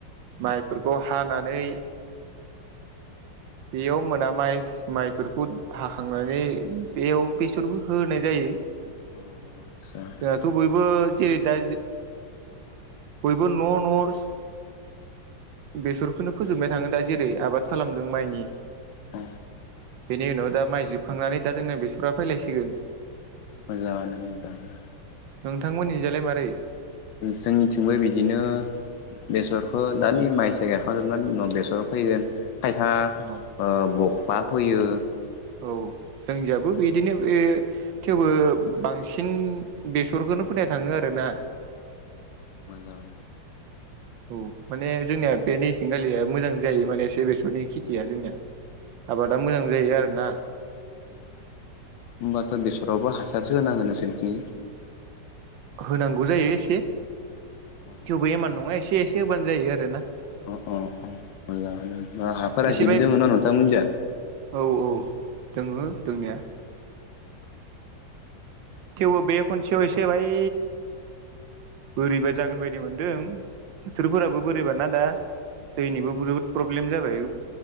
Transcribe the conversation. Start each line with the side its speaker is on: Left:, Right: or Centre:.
Right: माइफोरखौ हानानै बेयाव मोना माइ माइफोरखौ हाखांनानै बेयाव बेसरखौ होनाय जायो।
Left: अ' आतसा।
Right: थ' बयबो जेरै दा बयबो न'-न' बेसरखौनो फोजोबनाय थाङो दा जेरै आबाद खालामदों माइनि
Left: अ
Right: बेनि उनाव दा माइ जोबखांनानै दा जोंना बेसरा फैलायसिगोन।
Left: मोजाङानो मोजाङानो।
Right: नोंथांमोननिजालाय मारै?
Left: जोंनिथिंबो बिदिनो बेसरखौ दानि माइ साइ गायखांजोबनायनि उनाव बेसर फोगोन खायफा
Right: औ।
Left: ओ बख्ला फोयो
Right: औ जोंनियाबो बिदिनो बे थेवबो बांसिन बेसरखौनो फैनाय थाङो आरोना।
Left: मोजाङानो।
Right: औ माने जोंनिया बे नैथिंगालिया मोजां जायो माने से बेसरनि खेथिया जोंनिया। आबादा मोजां जायो आरोना।
Left: ओं होनोमबाथ' बेसरावबो हासारसो होनांगोन नोंसोरथिंनि?
Right: होनांगौ जायो एसे।
Left: अ'।
Right: थेवबो एमान नङा एसे एसे होबानो जायो आरो ना।
Left: अ'-अ'-अ' मोजाङानो हाफोरा
Right: एसे
Left: जिब
Right: बाय
Left: दङना नोंथांमोननिजा?
Right: औ औ दोङो दोंनाया। थेवबो बे खनसेयाव एसे बाय बोरैबा जागोन बायदि मोनदों। बोथोरफोराबो बोरैबाना दा दैनिबो बुहुद प्र प्रब्लेम जाबाय